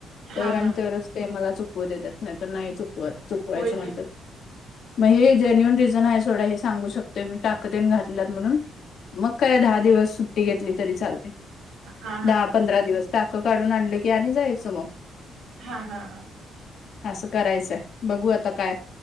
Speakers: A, on the left; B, on the right.
A: तर
B: हा
A: आणी
B: हा
A: तर ते चुकवून मला देतात. नाहीत नाही चुकवत चुकवायचं
B: होय
A: म्हणतात.
B: की
A: मग हे जेन्युन रिझन आहे सोडा हे सांगू शकतोय मी ताकदन घातल्यात म्हणून, मग काय दहा दिवस सुट्टी घेतली तरी चालते.
B: हा हा
A: दहा
B: हा
A: पंधरा दिवस. टाकं काढून आणलं की आणि जायचं मग.
B: हा हा हा
A: असं करायचंय. बघू आता काय